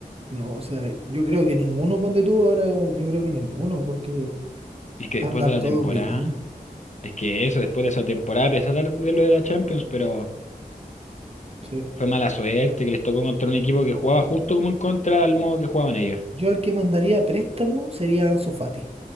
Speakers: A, on the right; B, on the left.
A: No, o sea, yo creo que ninguno, ponte tú ahora, yo creo que ninguno, porque
B: Es que después
A: Andan
B: de la
A: todos
B: temporada,
A: bien.
B: es que eso, después de esa temporada, a pesar de lo de la Champions, pero
A: Sí.
B: fue mala suerte que les tocó contra un equipo que jugaba justo como en contra al modo que jugaban ellos.
A: Yo al que mandaría a préstamo sería a Ansu Fati.